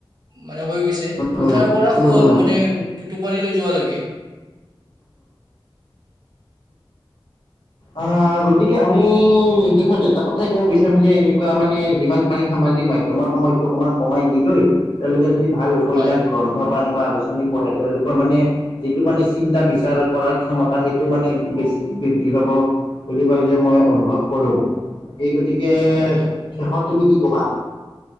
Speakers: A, on the right; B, on the left.
A: মানে হৈ গৈছে।
B: উম,
A: উঠাৰ পৰা
B: উম,
A: সোৱা
B: উম,
A: মানে টোপনিলৈ যোৱালৈকে।
B: আহ গতিকে আমি বিশেষত এটা কথাই ক'ব বিচাৰিম যে, এনেকুৱা মানে যিমান পাৰি সামাজিক মাধ্যমত সময়টো অকণমান কমাই দি লৈ তেওঁলোকে যদি ভাল উপন্যাস
A: হয়
B: গ্ৰন্থ বা এনেকুৱা আলোচনা আদি পঢ়ে, তেওঁলোকৰ মানে যিটো মানে চিন্তা বিচাৰ কৰাৰ ক্ষমতা সেইটো মানে বেছি বৃদ্ধ ধি পাব বুলি পেলাই মই অনুভৱ কৰো সেই গতিকে
A: হয় হয়
B: শেষত তুমি কি ক'বা?